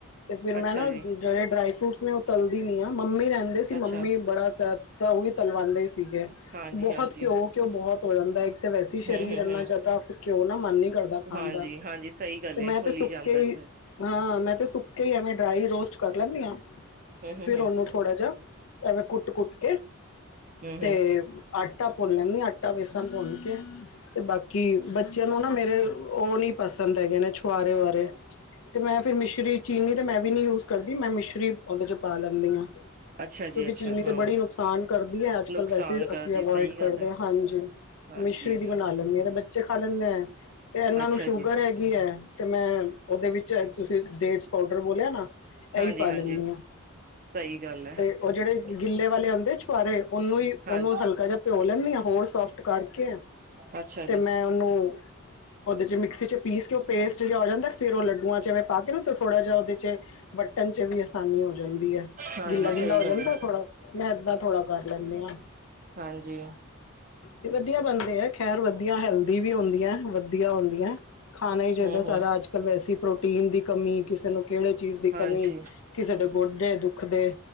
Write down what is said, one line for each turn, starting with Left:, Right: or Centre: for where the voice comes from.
Left: ਤੇ ਫੇਰ ਮੈਂ
Right: ਅੱਛਾ
Left: ਨਾ
Right: ਜੀ,
Left: ਜੇੜੇ ਡਰਾਈ ਫਰੂਟਸ ਨੇ ਓ ਤਲਦੀ ਨੀ ਆ ਮੰਮੀ ਰਹਿੰਦੇ ਸੀ
Right: ਅੱਛਾ
Left: ਮੰਮੀ ਬੜਾ। ਤਾਂ ਓਵੀ ਤਲਵਾਉਂਦੇ ਹੀ ਸੀਗੇ
Right: ਹਾਂਜੀ,
Left: ਬਹੁਤ
Right: ਹਾਂਜੀ
Left: ਘਿਉ ਘਿਓ ਬਹੁਤ ਹੋ ਜਾਂਦਾ ਹੈ। ਤੇ ਵੈਸੇ ਇੱਕ ਤਾਂ
Right: ਹੂੰ,
Left: ਸਰੀਰ
Right: ਹੂੰ,
Left: ਏਨਾ
Right: ਹੂੰ
Left: ਜਿਆਦਾ। ਘਿਓ ਨਾ ਮਨ ਨੀ ਕਰਦਾ ਖਾਣ
Right: ਹਾਂਜੀ,
Left: ਦਾ
Right: ਹਾਂਜੀ ਸਹੀ ਗੱਲ
Left: ਤੇ ਮੈਂ
Right: ਏ ਫੁੱਲੀ
Left: ਤੇ ਸੁੱਕੇ
Right: ਜਾਂਦਾ ਚ।
Left: ਹੀ।
Right: ਹੂੰ,
Left: ਹਾਂ, ਮੈਂ ਤੇ ਸੁੱਕੇ ਐਵੇਂ ਡਰਾਈ ਰੋਸਟ ਕਰ ਲੈਂਦੀ ਹਾਂ।
Right: ਹੂੰ,
Left: ਫੇਰ
Right: ਹੂੰ,
Left: ਉਹਨੂੰ ਥੋੜ੍ਹਾ ਜਿਹਾ ਐਵੇਂ ਕੁੱਟ-ਕੁੱਟ ਕੇ
Right: ਹੂੰ, ਹੂੰ
Left: ਤੇ। ਆਟਾ ਭੁੰਨ ਲੈਣੀ ਆਂ ਆਟਾ ਵੇਸਣ ਭੁੰਨ ਕੇ ਤੇ ਬਾਕੀ। ਬੱਚੇ ਆਂ ਨੂੰ ਨਾ ਮੇਰੇ ਓ ਨੀ ਪਸੰਦ ਹੈਗੇ ਨੇ ਛੁਆਰੇ ਉੁਆਰੇ ਤੇ ਮੈਂ ਫੇਰ ਮਿਸ਼ਰੀ। ਚੀਨੀ ਤਾਂ ਮੈਂ ਵੀ ਨੀ ਯੂਜ ਕਰਦੀ ਮੈਂ ਮਿਸ਼ਰੀ ਓਦੇ 'ਚ ਪਾ ਲੈਂਦੀ ਹਾਂ।
Right: ਅੱਛਾ ਜੀ,
Left: ਕਿਉਂਕਿ
Right: ਅੱਛਾ
Left: ਚੀਨੀ ਤੇ
Right: ਹਾਂ
Left: ਬੜੀ ਨੁਕਸਾਨ ਕਰਦੀ ਹੈ ਅੱਜ
Right: ਨੁਕਸਾਨ
Left: ਕੱਲ ਵੈਸੇ
Right: ਕਰਦੀ
Left: ਅਸੀਂ ਅਵੋਇਡ
Right: ਸਹੀ ਗੱਲ
Left: ਕਰਦੇ
Right: ਹੈ।
Left: ਹਾਂ ਹਾਂਜੀ। ਤੇ
Right: ਹਾਂਜੀ,
Left: ਮਿਸ਼ਰੀ ਦੀ ਬਣਾ ਲੈਂਦੇ ਆ ਤੇ ਬੱਚੇ ਖਾ ਲੈਂਦੇ ਆ ਤੇ ਇਹਨਾਂ
Right: ਅੱਛਾ
Left: ਨੂੰ ਸ਼ੂਗਰ
Right: ਜੀ,
Left: ਹੈ। ਕਿਆ ਤੇ ਮੈਂ ਉਹਦੇ ਵਿੱਚ ਤੁਸੀਂ। ਪਾਊਡਰ ਬੋਲਿਆ ਨਾ
Right: ਹਾਂਜੀ,
Left: ਏਹੀ ਪਾ
Right: ਹਾਂਜੀ
Left: ਲੈਂਦੀ ਹਾਂ
Right: ਸਹੀ ਗੱਲ ਹੈ।
Left: ਤੇ ਓ ਜੇੜੇ ਗਿੱਲੇ। ਵਾਲੇ ਆਉਂਦੇ ਛਆਰੇ ਉਹਨੂੰ ਹੀ
Right: ਹਾਂਜੀ,
Left: ਉਹਨੂੰ ਹਲਕਾ ਜਿਹਾ ਭਿਓ ਲੈਂਦੀ ਆ ਹੋਰ ਸੋਫਟ। ਕਰਕੇ
Right: ਅੱਛਾ ਜੀ,
Left: ਤੇ ਮੈਂ ਓਨੂੰ ਓਦੇ 'ਚ ਮਿਕਸੀ 'ਚ ਪੀਸ ਕੇ ਓ ਪੇਸਟ। ਜਿਹਾ ਹੋ ਜਾਂਦਾ ਫਿਰ ਉਹ ਲੱਡੂਆਂ 'ਚ ਐਵੇਂ ਪਾ ਕੇ ਨਾ ਥੋੜਾ ਜਿਹਾ ਓਦੇ 'ਚ। ਵੱਟਣ 'ਚ ਵੀ ਆਸਾਨੀ ਹੋ ਜਾਂਦੀ ਹੈ।
Right: ਹਾਂਜੀ
Left: ਗਿੱਲਾ-ਗਿੱਲਾ
Right: ਸਹੀ
Left: ਹੋ
Right: ਗੱਲ
Left: ਜਾਂਦਾ
Right: ਐ।
Left: ਥੋੜ੍ਹਾ। ਮੈਂ ਇੱਦਾਂ ਥੋੜਾ ਕਰ ਲੈਂਦੇ ਹਾਂ।
Right: ਹਾਂਜੀ।
Left: ਤੇ ਵਧੀਆ ਬਣਦੇ ਹੈ। ਖੈਰ ਵਧੀਆ ਹੈਲਦੀ ਵੀ ਹੁੰਦੀਆਂ ਹੈ। ਵਧੀਆ ਹੁੰਦੀਆਂ ਖਾਣਾ ਈ
Right: ਹੂੰ-ਹੂੰ,
Left: ਚਾਈਦਾ ਸਾਰਾ ਅੱਜ ਕੱਲ ਵੈਸੇ ਪ੍ਰੋਟੀਨ ਦੀ ਕਮੀ ਕਿਸੇ ਨੂੰ ਕੇੜੇ ਚੀਜ਼ ਦੀ
Right: ਹਾਂਜੀ।
Left: ਕਮੀ ਕਿਸੇ ਦੇ ਗੋਡੇ ਦੁੱਖ ਦੇ।